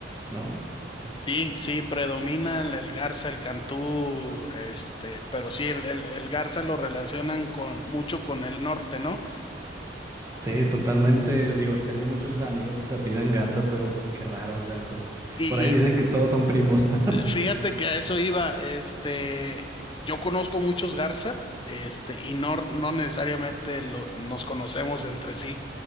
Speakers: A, on the right; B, on the left.
A: ¿no?
B: Sí, sí, predominan el Garza, el Cantú, este, pero sí, el, el, el Garza lo relacionan con mucho con el norte, ¿no?
A: Sí, totalmente, digo, tengo muchos amigos que se apidan Garza, pero pues qué raro, o sea, to-
B: Y,
A: por ahí dicen que todos son primos. <laughs>
B: Fíjate que a eso iba, este, yo conozco muchos Garza, este, y no, no necesariamente lo- nos conocemos entre sí.